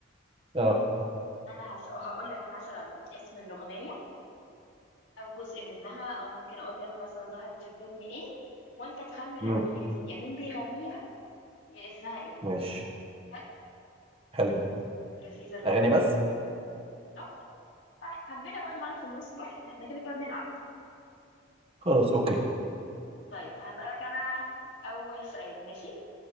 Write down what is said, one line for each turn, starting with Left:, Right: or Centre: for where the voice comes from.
Right: اه
Left: انا هس... هقول لك مثلا اسم الأغنية او جزء منها او ممكن اقول لك مثلا ظهرت في فيلم ايه وانت تخمن
Right: مم.
Left: الأغنية دي يا مين بيغنيها يا اسمها ايه
Right: ماشي
Left: حلو
Right: حلو ده.
Left: لذيذة اللعبة
Right: اغاني بس؟
Left: او طيب، حبينا بقى نغير في النص براحتنا احنا كده كده بنلعب
Right: خلاص اوكي
Left: طيب هسألك انا اول سؤال ماشي